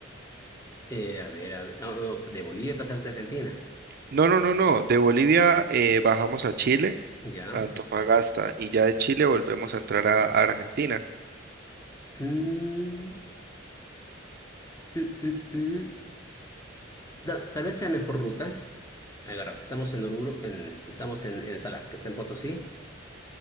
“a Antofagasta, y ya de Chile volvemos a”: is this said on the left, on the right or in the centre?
Right